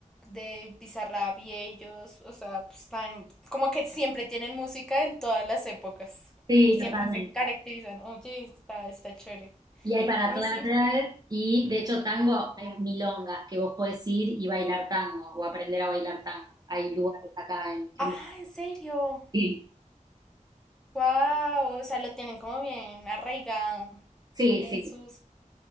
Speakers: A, in the centre; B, on the right (about 30°).
A: de Bizarrap y ellos, o sea, pues tan- como que siempre tienen música en todas las épocas,
B: sí,
A: siempre
B: totalmente.
A: se caracterizan, oye, está, está chévere.
B: Y hay para
A: A
B: todas
A: mí sí.
B: las edades, y de hecho tango, hay milongas que vos podés ir y bailar tango, o aprender a bailar tango. Hay lugares acá en... en...
A: Ah, en serio,
B: Sí,
A: wow, o sea, lo tienen como bien arraigado
B: sí,
A: en
B: sí,
A: sus